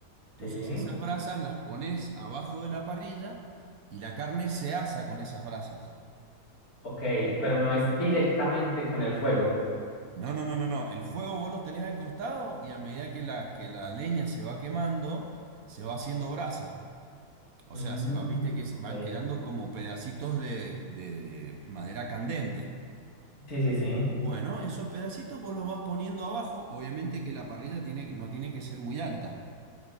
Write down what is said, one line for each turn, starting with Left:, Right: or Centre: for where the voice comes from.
Right: Entonces
Left: Sí,
Right: esas brasas las pones abajo de la parrilla y la carne se asa con esas brasas.
Left: ok, pero no es directamente con el fuego.
Right: No, no, no, no, no. El fuego vos lo tenés al costado y a medida que la, que la leña se va quemando, se va haciendo brasa. O
Left: Mm,
Right: sea, se va, viste que se- van
Left: ok.
Right: quedando como pedacitos de, de madera candente.
Left: Sí, sí, sí.
Right: Bueno, esos pedacitos vos los vas poniendo abajo. Obviamente que la parrilla tiene, no tiene que ser muy alta.